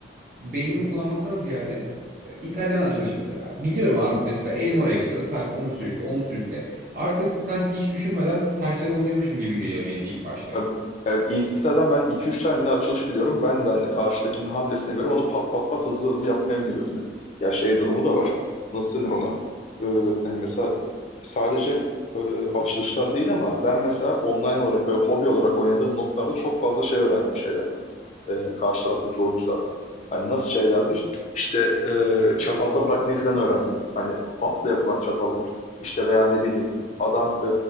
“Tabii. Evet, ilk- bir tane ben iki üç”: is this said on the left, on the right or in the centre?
Left